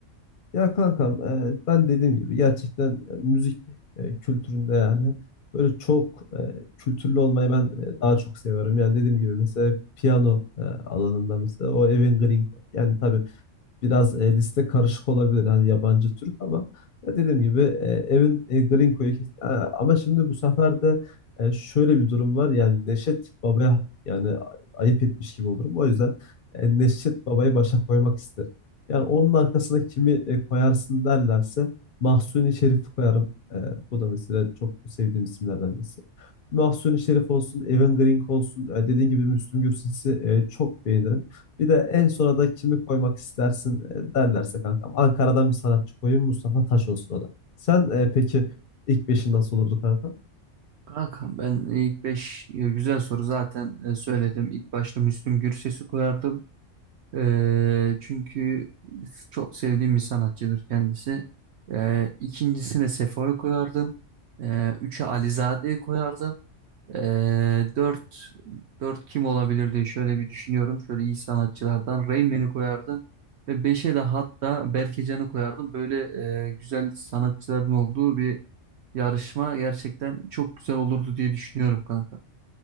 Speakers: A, on the left; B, on the right.
A: Ya kankam e, ben dediğim gibi gerçekten e, müzik e, kültüründe yani böyle çok e, kültürlü olmayı ben e, daha çok seviyorum. Yani dediğim gibi mesela piyano e, alanında mesela o Evan Green. Yani tabii biraz e, liste karışık olabilir. Hani yabancı Türk ama ya dediğim gibi e, Evan e, Gringo'yu kes- Ha, ama şimdi bu sefer de e, şöyle bir durum var. Yani Neşet Baba'ya yani a- ayıp etmiş gibi olurum. O yüzden e, Neşet Baba'yı başa koymak isterim. Yani onun arkasına kimi e, koyarsın derlerse Mahsuni Şerif'i koyarım. E, bu da mesela çok sevdiğim isimlerden birisi. Mahsuni Şerif olsun, Evan Gringo olsun. E, dediğim gibi Müslüm Gürses'i e, çok beğenirim. Bir de en sona da kimi koymak istersin e, derlerse kankam. Ankara'dan bir sanatçı koyayım Mustafa Taş olsun o da. Sen e, peki ilk beşin nasıl olurdu kanka?
B: Kankam ben ilk 5 e, güzel soru zaten e, söyledim. İlk başta Müslüm Gürses'i koyardım. Ee, çünkü çok sevdiğim bir sanatçıdır kendisi. Ee, ikincisine Sefo'yu koyardım. Ee, üçe Alizade'yi koyardım. Ee, dört, dört kim olabilir diye şöyle bir düşünüyorum. Şöyle iyi sanatçılardan Rayman'i koyardım. Ve beşe de hatta Berkecanı koyardım. Böyle e, güzel sanatçıların olduğu bir yarışma gerçekten çok güzel olurdu diye düşünüyorum kanka.